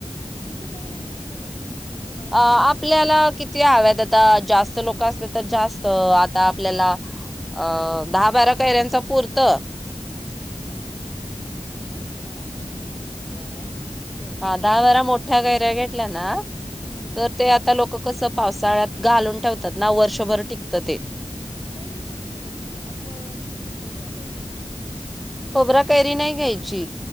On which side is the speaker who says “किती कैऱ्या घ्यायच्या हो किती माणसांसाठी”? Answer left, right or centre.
Left